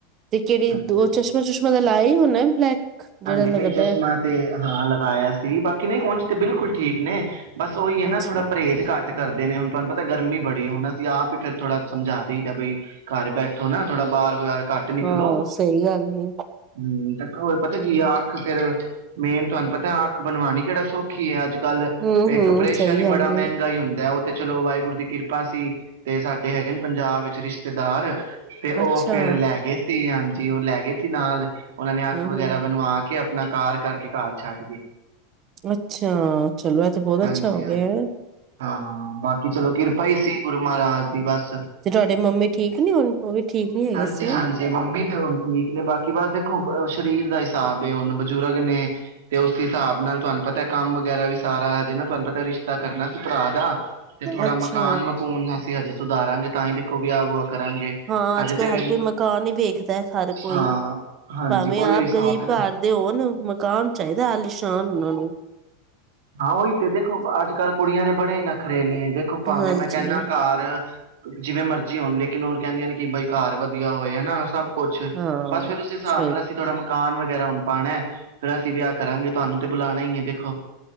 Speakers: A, on the right; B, on the right.
A: ਤੇ ਕਿਹੜੀ
B: ਹਾਂਜੀ
A: ਉਹ
B: ਹਾਂਜੀ
A: ਚਸ਼ਮਾ- ਚਸ਼ਮਾ ਦਾ ਲਾ ਹੀ ਹੋਣਾ ਬਲੈਕ
B: ਹਾਂਜੀ
A: ਜਿਹੜਾ ਲੱਗਦਾ
B: ਨਹੀਂ ਚਸ਼ਮਾ
A: ਹੈ।
B: ਤੇ ਹਾਂ ਲਗਾਇਆ ਸੀ ਬਾਕੀ ਨਹੀਂ ਉੰਝ ਤੇ ਬਿਲਕੁਲ ਠੀਕ ਨੇਕ ਬਸ ਉਹੀ ਹੈ ਨਾ
A: ਅੱਛਾ
B: ਥੋੜਾਹੇਜ਼ ਘੱਟ ਕਰਦੇ ਨੇ ਹੁਣ ਤੁਹਾਨੂੰ ਪਤਾ ਗਰਮੀ ਬੜੀ ਹੁਣ ਅਸੀਂ ਆਪ ਹੀ ਫਿਰ ਥੋੜਾ ਸਮਝਾ ਦਈ ਦਾ ਭਈ ਘਰ ਬੈਠੋ ਨਾ ਥੋੜਾ ਬਾਹਰ ਵਗੈਰਾ ਘੱਟ ਨਿਕਲੋ,
A: ਹਾਂ ਸਹੀ ਗੱਲ ਹੈ
B: ਹੂੰ, ਤੇ ਹੋ ਪਤਾ
A: ਹੂੰ
B: ਕੀ ਅ ਅੱਖ ਫੇਰ ਮੇਨ ਤੁਹਾਨੂੰ ਪਤਾ ਅੱਖ ਬਣਵਾਣੀ ਕਿਹੜਾ ਸੌਖੀ ਹੈ ਅੱਜ ਕੱਲ
A: ਹੂੰ
B: ਇੱਕ
A: ਹੂੰ
B: ਅਪ੍ਰੇਸ਼ਨ
A: ਸਹੀ
B: ਹੀ
A: ਗੱਲ
B: ਬੜਾ ਮਹਿੰਗਾ
A: ਹੈ
B: ਹੀ ਹੁੰਦਾ ਚਲੋ ਵਾਹਿਗੁਰੂ ਦੀ ਕਿਰਪਾ ਸੀ, ਤੇ ਸਾਡੇ ਹੈਗੇ ਨੇ ਪੰਜਾਬ ਵਿੱਚ ਰਿਸ਼ਤੇਦਾਰ ਤੇ ਉਹ
A: ਅੱਛਾ
B: ਫੇਰ ਲੈ ਸੀਗੇ ਹਾਂਜੀ ਉਹ ਲੈ ਗਏ ਸੀ ਨਾਲ ਉਹਨਾਂ ਨੇ ਅੱਖ
A: ਹੂੰ
B: ਵਗੈਰਾ
A: ਹੂੰ
B: ਬਣਵਾ ਕੇ ਅਪਣਾ ਕਾਰ ਕਰਕੇ ਘਰ ਛੱਡ ਗਏ।
A: ਅੱਛਾ। ਚਲੋ ਇਹ ਤਾਂ ਬਹੁਤ
B: ਹਾਂਜੀ
A: ਅੱਛਾ ਹੋ
B: ਹਾਂ
A: ਗਿਆ ਏ।
B: ਹਾਂ ਬ ਕੀ ਚਲੋ ਕਿਰਪਾ ਹੀ ਸੀ ਗੁਰੂ ਮਹਾਰਾਜ ਦੀ ਬਸ।
A: ਤੇ ਤੁਹਾਡੇ ਮੰਮੀ ਠੀਕ ਨੀ ਹੁਣ ਉਹ ਵੀ ਠੀਕ ਨੀ ਹੈਗੇ
B: ਹਾਂਜੀ-
A: ਸੀ ਨਾ
B: ਹਾਂਜੀ। ਮੰਮੀ ਤੇ ਹੁਣ ਠੀਕ ਨੇ ਬਾਕੀ ਬਸ ਦੇਖੋ ਸਰੀਰ ਦਾ ਸਾਬ ਬੇ ਹੁਣ ਬਜ਼ੁਰਗ ਨੇ ਤੇ ਉਸ ਹਿਸਾਬ ਨਾਲ ਤੁਹਾਨੂੰ ਪਤਾ ਕੰਮ ਵਗੈਰਾ ਵੀ ਸਾਰਾ ਹਜੇ ਨਾ ਤੁਹਾਨੂੰ ਪਤਾ ਰਿਸ਼ਤਾ ਕਰਨਾ ਭਰਾ ਦਾ, ਤੇ ਥੋੜਾ
A: ਅੱਛਾ
B: ਮਕਾਨ ਮਕੂਨ ਅਸੀਂ ਹਜੇ ਸੁਧਾਰਾਂਗੇ। ਤਾਂ ਹੀ ਦੇਖੋ ਵਿਆਹ ਵੁਆ ਕਰਾਂਗੇ।
A: ਹਾਂ ਅੱਜ
B: ਤੇ
A: ਹਰ
B: ਫਿਰ
A: ਕੋਈ ਮਕਾਨ ਹੀ ਵੇਖਦਾ ਹਰ ਕੋਈ
B: ਹਾਂ ਹਾਂਜੀ
A: ਭਾਵੇਂ
B: ਉਹੀਓ
A: ਆਪ
B: ਹਿਸਾਬ
A: ਗਰੀਬ
B: ਹੈ ਨਾ
A: ਘਰ ਦੇ ਹੋਣ ਮਕਾਨ ਚਾਹੀਦਾ ਆਲੀਸ਼ਾਨ ਔਣ ਹੈਲੋ,
B: ਹਾਂ, ਉਹੀ ਤੇ ਦੇਖੋ ਅੱਜ ਕੱਲ੍ਹ ਕੁੜੀਆਂ ਦੇ ਬੜੇ ਨਖਰੇ ਨੇ, ਦੇਖੋ ਭਾਵੇਂ
A: ਹਾਂਜੀ
B: ਮੈਂ ਕਹਿਣਾ ਘਰ ਜਿਵੇਂ ਮਰਜ਼ੀ ਹੋਣ ਲੇਕਿਨ ਹੁਣ ਕਹਿੰਦੀਆਂ ਨੇ ਕਿ ਬਈ ਘਰ ਵਧੀਆ ਹੋਏ ਹਨਾ। ਸਭ ਕੁੱਛ,
A: ਹਾਂ
B: ਬਸ ਫਿਰ ਉਸ ਹਿਸਾਬ
A: ਸਹੀ
B: ਨਾਲ ਅਸੀਂ ਥੋੜਾ ਮਕਾ ਮਕਾਨ ਵਗੈਰਾ ਹੁਣ ਪਾਣਾ ਫੇਰ ਅਸੀਂ ਵੀ ਆਹ ਕਰਾਂਗੇ ਤੁਹਾਨੂੰ ਤੇ ਬੁਲਾਣਾ ਹੀ ਹੈ ਦੇਖੋ